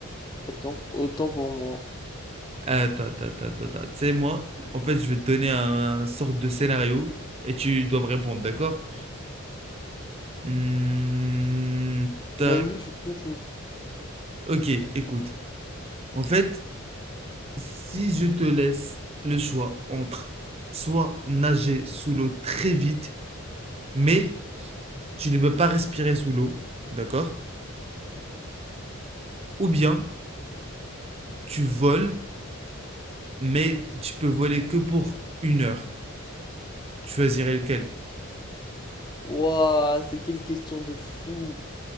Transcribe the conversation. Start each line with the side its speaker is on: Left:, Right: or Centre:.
Left: Autant, autant pour moi.
Right: Attends, attends, attends, attends. attends. Tu sais, moi, en fait, je vais te donner un, un sorte de scénario et tu dois me répondre, d'accord? Hmm, t'as-
Left: Vas-y, je suis trop chaud.
Right: ok, écoute. En fait, Si je te laisse le choix entre soit nager sous l'eau très vite, mais tu ne peux pas respirer sous l'eau, d'accord? Ou bien tu voles, mais tu peux voler que pour une heure. Tu choisirais lequel?
Left: Ouah, c'est quelle question de fou.